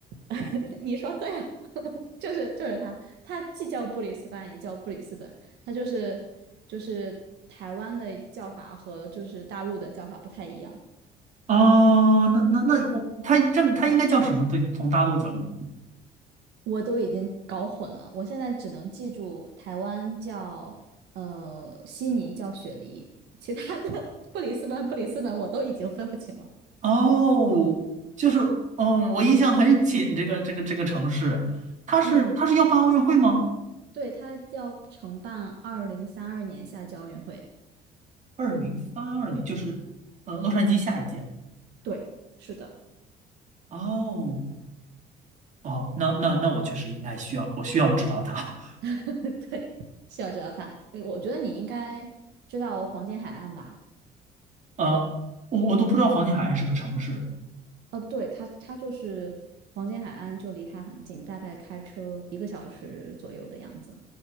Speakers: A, on the right; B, on the right.
A: <laughs> 你说对了，<laughs> 就是就是他，他既叫布里斯班也叫布里斯本，他就是就是台湾的叫法和就是大陆的叫法不太一样，
B: 哦，那那那我它这它应该叫什么？对，从大陆角度，
A: 我都已经搞混了，我现在只能记住台湾叫呃悉尼叫雪梨，其他的 <laughs> 布里斯班布里斯本我都已经分不清了。
B: 哦，就是哦，我印象很浅，这个这个这个城市，它是它是要办奥运会吗？
A: 嗯，对，他要承办二零三二年夏季奥运会。
B: 二零三二年，就是呃洛杉矶下一届。
A: 对，是的，
B: 哦哦，那那那我确实应该需要，我需要知道它。
A: <laughs> 对，是要知道它。诶我觉得你应该知道黄金海岸吧？
B: <laughs> 呃，我我都不知道黄金海岸是个城市。
A: 哦，对，它它就是黄金海岸，就离它很近，大概开车一个小时左右的样子。